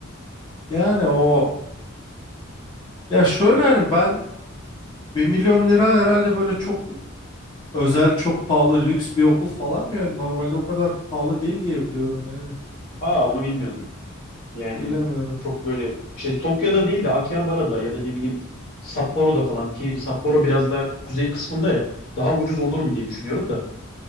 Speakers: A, on the left; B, on the left.
A: Yani o ya şöyle hani ben bir milyon lira herhalde böyle çok özel çok pahalı lüks bir okul falan mı yani normalde o kadar pahalı değil diye biliyorum yani
B: Aa onu bilmiyordum. Yani
A: Ya bilemiyorum
B: çok böyle şey Tokyo'da değil de Akihabara'da ya da ne bileyim Sapporo'da falan ki Sapporo biraz da kuzey kısmında ya daha ucuz olurum diye düşünüyorum da.